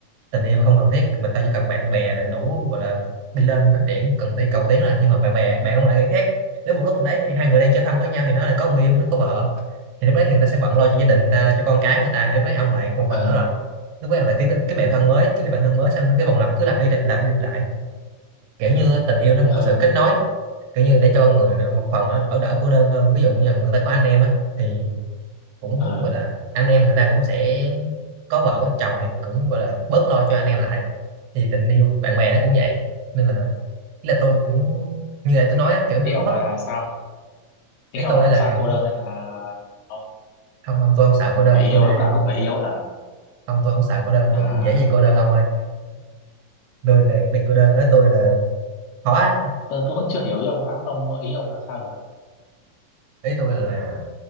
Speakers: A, on the right; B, on the left.
A: tình yêu không cần thiết mà tao chỉ cần bạn bè là đủ gọi là đi lên phát triển cần đi cầu tiến rồi nhưng mà bạn bè bạn ông lại nghĩ khác nếu một lúc mình đấy thì hai người đang chơi thân với nhau thì nó lại có người yêu nó có vợ thì lúc đấy thì người ta sẽ bận lo cho gia đình
B: Ừ.
A: người ta cho con cái người ta thì lúc đấy ông lại một
B: ờ
A: mình nữa rồi lúc đấy ông lại kiếm cái bạn thân mới cái bạn thân mới xong nó cái vòng lặp cứ lặp đi lặp lặp đi lặp lại kiểu như á, tình yêu nó một
B: ờ
A: cái sự kết nối kiểu như để cho người nó- một phần nó đỡ đỡ cô đơn hơn ví dụ như là người ta có anh em á thì cũng
B: ờ.
A: gọi là anh em người ta cũng sẽ có vợ có chồng thì cũng gọi là bớt lo cho anh em lại thì tình yêu bạn bè nó cũng vậy nên là ý là tôi cũng như là tôi nói á, kiểu nó
B: ý ông
A: mất
B: là sao ý
A: ý
B: ông
A: tôi
B: là ông
A: là
B: sợ
A: kiểu
B: cô đơn nên là ông
A: không không tôi không sợ cô đơn
B: phải yêu
A: tôi là-
B: lúc nào cũng phải yêu hả
A: không tôi không sợ cô đơn
B: là
A: tôi dễ gì cô đơn ông ơi tôi về cái việc cô đơn đó tôi là khó á.
B: tôi, tôi vẫn chưa hiểu ý ông lắm ông ý ông là sao nhỉ
A: ý tôi là